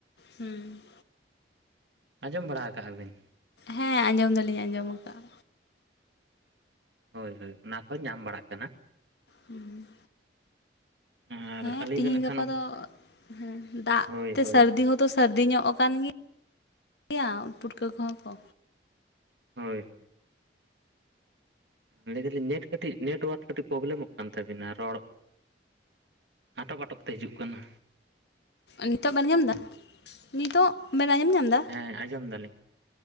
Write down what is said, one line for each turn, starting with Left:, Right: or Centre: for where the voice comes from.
Left: ᱦᱩᱸ᱾
Right: ᱟᱸᱡᱚᱢ ᱵᱟᱲᱟ ᱦᱟᱠᱟᱜ-ᱟ ᱵᱤᱱ?
Left: ᱦᱮᱸ ᱟᱸᱡᱚᱢ ᱫᱚᱞᱤᱧ ᱟᱸᱡᱚᱢ ᱟᱠᱟᱜ-ᱟ᱾
Right: ᱦᱚᱭ ᱦᱚᱭ ᱚᱱᱟ ᱠᱚ ᱧᱟᱢ ᱵᱟᱲᱟᱜ ᱠᱟᱱᱟ᱾
Left: ᱦᱩᱸ᱾
Right: ᱟᱨ
Left: ᱦᱮᱸ
Right: ᱟᱹᱞᱤᱧ
Left: ᱛᱤᱦᱤᱧ
Right: ᱱᱟᱜ
Left: ᱜᱟᱯᱟ
Right: ᱠᱷᱟᱱ
Left: ᱫᱚ ᱦᱮᱸ ᱫᱟᱜ
Right: ᱦᱳᱭ
Left: ᱛᱮ
Right: ᱦᱳᱭ
Left: ᱥᱟᱹᱨᱫᱤ ᱦᱚᱸᱛᱚ ᱥᱼᱼ ᱥᱟᱹᱨᱫᱤ ᱧᱚᱜ ᱟᱠᱟᱱ ᱜᱮᱭᱟ ᱩᱸᱛ ᱯᱩᱴᱠᱟᱹ ᱠᱚᱦᱚᱸ ᱠᱚᱼᱼ
Right: ᱦᱚᱭ ᱦᱚᱭ ᱞᱟᱹᱭ ᱫᱟᱞᱤᱧ ᱱᱮᱴ‌ ᱠᱟᱹᱴᱤᱡ ᱱᱮᱴᱣᱟᱨ ᱠᱟᱹᱴᱤᱡᱼᱼ ᱯᱨᱚᱵᱮᱞᱮᱢ ᱢᱚᱜ ᱠᱟᱱ ᱛᱟᱹᱵᱤᱱᱟ ᱨᱚᱲ ᱟᱸᱴᱚᱠ ᱟᱸᱴᱚᱠ ᱛᱮ ᱦᱤᱡᱩᱜ ᱠᱟᱱᱟ᱾
Left: ᱱᱤᱛᱚᱜ ᱵᱮᱱ ᱟᱧᱚᱢ ᱫᱟ, ᱱᱤᱛᱚᱜ ᱵᱮᱱ ᱟᱸᱡᱚᱢ ᱧᱟᱢ ᱫᱟ?
Right: ᱦᱮᱸ ᱟᱸᱡᱚᱢ ᱫᱟᱞᱤᱧ᱾